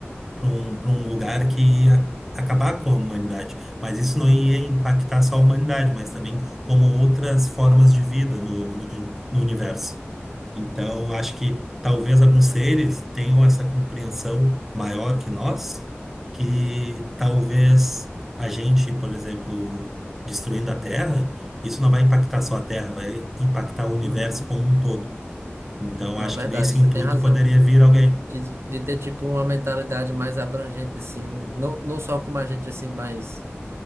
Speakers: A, in the centre; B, on the right (about 75°).
A: para um, para um lugar que ia acabar com a humanidade. Mas isso não ia impactar só a humanidade, mas também como outras formas de vida no, no, no universo. Então, acho que talvez alguns seres tenham essa compreensão maior que nós, que talvez a gente, por exemplo, destruindo a Terra, isso não vai impactar só a Terra, vai impactar o universo
B: Uhum.
A: como um todo. Então,
B: Não,
A: acho
B: é verdade,
A: que nesse
B: você
A: intuito
B: tem razão.
A: poderia vir alguém.
B: De, de ter tipo uma mentalidade mais abrangente, assim, não, não só como a gente, assim, mais.